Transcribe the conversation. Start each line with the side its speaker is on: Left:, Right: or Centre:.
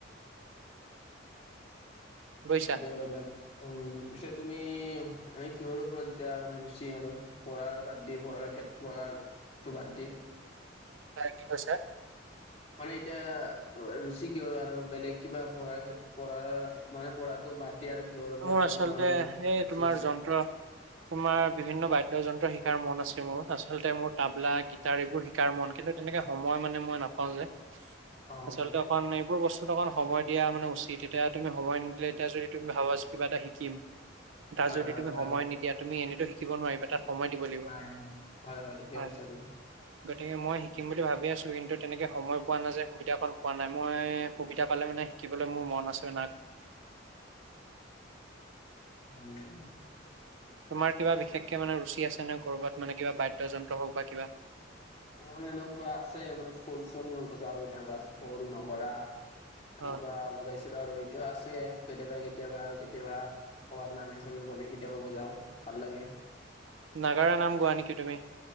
Right: বুজিছা
Left: ঠিকে ক'লা উম পিছে তুমি তুমি এনে কিহৰ ওপৰত এতিয়া মানে ৰুচি আৰু পঢ়াৰ বাদ দি পঢ়াৰ ক্ষেত পঢ়াৰ তো বাদ দি?
Right: হয়, কি কৈছা?
Left: মানে এতিয়া ৰুচি কিয় আৰু বেলেগ কিবা পঢ়াৰ পঢ়াৰ মানে পঢ়াটো বাদ দিয়ে আৰু কিহৰ ওপৰত
Right: মোৰ আচলতে
Left: মানে তোমাৰ
Right: এই
Left: ৰুচি
Right: তোমাৰ
Left: আছে
Right: যন্ত্ৰ তোমাৰ বিভিন্ন বাদ্যযন্ত্ৰ শিকাৰ মন আছে মোৰ আচলতে মোৰ তাবলা গীটাৰ এইবোৰ শিকাৰ মন। কিন্তু তেনেকে সময় মানে মই নাপাওঁ যে।
Left: অ
Right: আচলতে অকণ এইবোৰ বস্তুত অকণ সময় দিয়া মানে উচিত। তেতিয়া তুমি সময় নিদিলে তেতিয়া যদি তুমি ভাবা কিবা এটা শিকিম। তাত
Left: হয়
Right: যদি
Left: হয়
Right: তুমি
Left: হয়
Right: সময় নিদিয়া তুমি এনেটো শিকিব নোৱাৰিবা তাত। সময় দিব লাগ
Left: নাই নাই হয় ঠিকে
Right: হয়।
Left: কৈছা তুমি
Right: গতিকে মই শিকিম বুলি ভাব আছো। কিন্তু তেনেকে সময় পোৱা নাযায় সুবিধা অকন পোৱা নাই। মই সুবিধা পালে মানে শিকিবলৈ মোৰ মন আছে <inaudible>
Left: উম।
Right: তোমাৰ কিবা বিশেষকে মানে ৰুচি আছেনে ক'ৰবাত মানে কিবা বাদ্যযন্ত্ৰ হওঁক বা কিবা?
Left: অ', এনেকুৱা আছে মানে খোল চোল বজাও কেতিয়াবা খোল নগৰা। এনেকুৱা
Right: অ
Left: বুজাইছিলো আৰু এইটো আছে কেতিয়াবা কেতিয়াবা আৰু কেতিয়াবা। ক'ৰবাত নামে চামে গ'লে কেতিয়াবা বজাও ভাল লাগে।
Right: নাগাৰা নাম গোৱা নেকি তুমি?